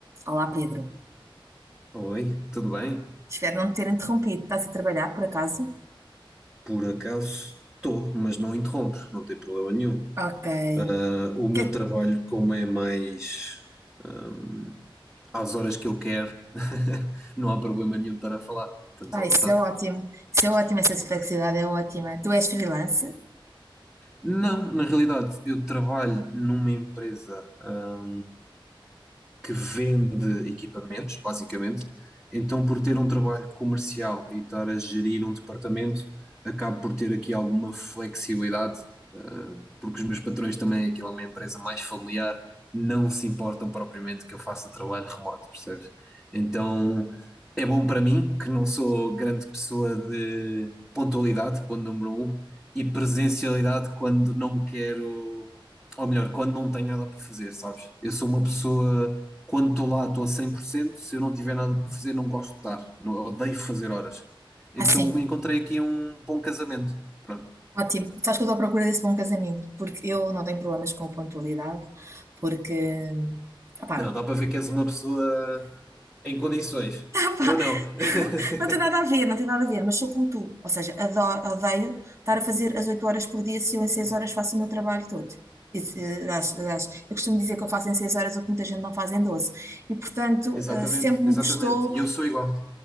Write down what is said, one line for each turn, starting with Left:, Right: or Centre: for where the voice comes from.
Right: Olá, Pedro.
Centre: Oi, tudo bem?
Right: Espero não te ter interrompido. Estás a trabalhar, por acaso?
Centre: Por acaso estou, mas não interrompes, não tem problema nenhum.
Right: Ok.
Centre: Ah, o meu
Right: Que-
Centre: trabalho, como é mais ahm, às horas que eu quero, <laughs> não há problema nenhum de estar a falar, estamos
Right: Ah,
Centre: à vontade.
Right: isso é ótimo. Isso é ótimo, essa flexibilidade é ótima. Tu és freelance?
Centre: Não, na realidade, eu trabalho numa empresa ah, que vende equipamentos, basicamente. Então, por ter um trabalho comercial e estar a gerir um departamento, acabo por ter aqui alguma flexibilidade, eh, porque os meus patrões também, aquilo é uma empresa mais familiar, não se importam propriamente que eu faça trabalho remoto, percebes? Então, é bom para mim, que não sou grande pessoa de pontualidade, ponto número um, e presencialidade quando não quero, ou melhor, quando não tenho nada para fazer, sabes? Eu sou uma pessoa quando estou lá, estou a 100%. Se eu não tiver nada para fazer, não gosto de estar. Não, odeio fazer horas. Então
Right: Ah, sim.
Centre: encontrei aqui um bom casamento. Pronto.
Right: Ótimo. Sabes que eu estou à procura desse bom casamento, porque eu não tenho problemas com pontualidade, porque, hum, opá,
Centre: Não, dá para ver que és uma pessoa em condições.
Right: Epá,
Centre: Eu não.
Right: <laughs>
Centre: <laughs>
Right: Não tem nada a ver, não tem nada a ver, mas sou como tu. Ou seja, adoro, odeio estar a fazer as 8 horas por dia se eu em 6 horas faço o meu trabalho todo. Isso, eh, aliás, aliás, eu costumo dizer que eu faço em 6 horas o que muita gente não faz em doze E, portanto,
Centre: Exatamente,
Right: eh, sempre
Centre: exatamente.
Right: me custou,
Centre: E eu sou igual.